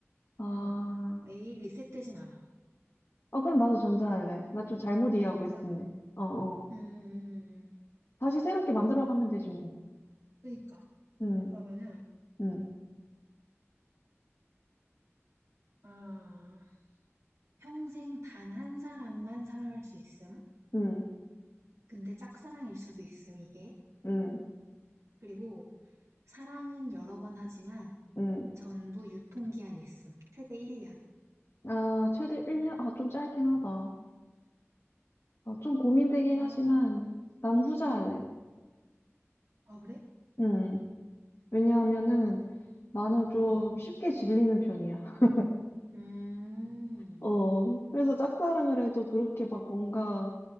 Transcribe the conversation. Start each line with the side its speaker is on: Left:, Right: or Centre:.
Left: 아,
Right: 어, 매일 리셋되진 않아.
Left: 아, 그럼 나도 전자할래. 나 좀 잘못 이해하고
Right: 전자?
Left: 있었네. 어, 어.
Right: 음,
Left: 다시 새롭게 만들어가면 되지, 뭐.
Right: 그러 그니까.
Left: 응,
Right: 그러면은
Left: 응,
Right: 아, 평생 단 한 사람만 사랑할 수 있음.
Left: 응,
Right: 근데 짝사랑일 수도 있음, 이게.
Left: 응,
Right: 그리고 사랑은 여러 번 하지만
Left: 응.
Right: 전부 유통기한이 있음. 최대 1년.
Left: 아, 최대 1년? 아, 좀 짧긴 하다. 아, 좀 고민되긴
Right: 아.
Left: 하지만, 난 후자할래.
Right: 아 그래?
Left: 응. 왜냐하면은, 나는 좀
Right: 어.
Left: 쉽게 질리는 편이야. <laughs>
Right: 음.
Left: 어, 그래서 짝사랑을 해도 그렇게 막 뭔가